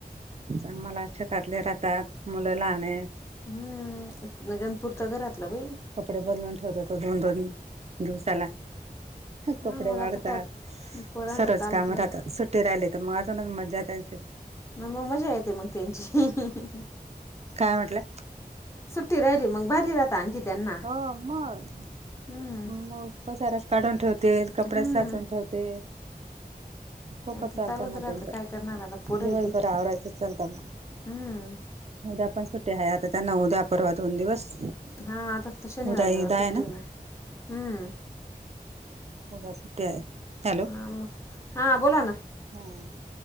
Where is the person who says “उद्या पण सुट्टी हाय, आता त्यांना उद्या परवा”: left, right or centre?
Right